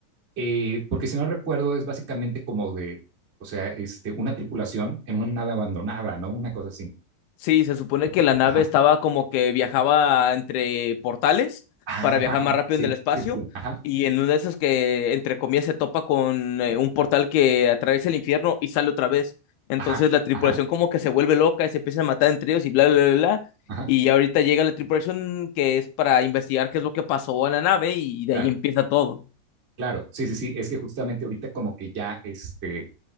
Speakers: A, on the right (about 35°); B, on the left (about 75°).
A: Eh, porque si no recuerdo es básicamente como de, o sea, este, una tripulación en una nave abandonada, ¿no? Una cosa así.
B: Sí, se supone que la nave
A: Ajá.
B: estaba como que viajaba entre portales
A: Ah,
B: para
A: Ajá,
B: viajar
A: ajá,
B: más rápido
A: sí,
B: en el espacio
A: sí, sí, sí, ajá.
B: y en uno de esos que entre comillas se topa con eh, un portal que atraviesa el infierno y sale otra vez. Entonces
A: Ajá,
B: la tripulación
A: ajá,
B: como que se vuelve loca, se empieza a matar entre ellos y bla, bla, bla, bla.
A: ajá,
B: Y ahorita llega la tripulación que es para investigar qué es lo que pasó a la nave y de
A: claro,
B: ahí empieza todo.
A: claro, sí, sí, sí, es que justamente ahorita como que ya, este,